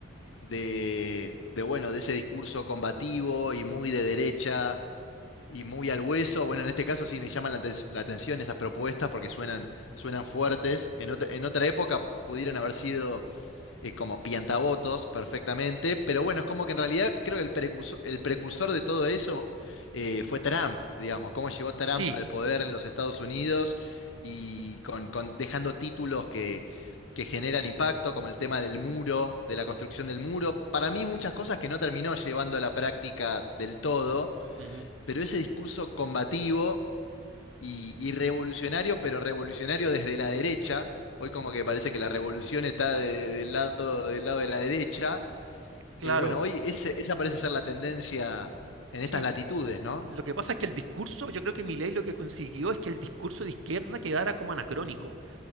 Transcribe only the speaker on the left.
de, de, bueno, de ese discurso combativo y muy de derecha y muy al hueso. Bueno, en este caso sí me llaman la, aten- la atención esas propuestas porque suenan, suenan fuertes. En otra, en otra época pudieron haber sido eh, como piantavotos perfectamente, pero bueno, es como que en realidad creo que el precursor, el precursor de todo eso eh, fue Trump, digamos, cómo llegó Trump
al poder en los Estados Unidos y con, con- dejando títulos que... que generan impacto, como el tema del muro, de la construcción del muro. Para mí muchas cosas que no terminó llevando a la práctica del todo,
pero ese discurso combativo y, y revolucionario, pero revolucionario desde la derecha, hoy como que parece que la revolución está de- del lado, del lado de la derecha,
eh, bueno, hoy ese- esa parece ser la tendencia en
estas
latitudes, ¿no?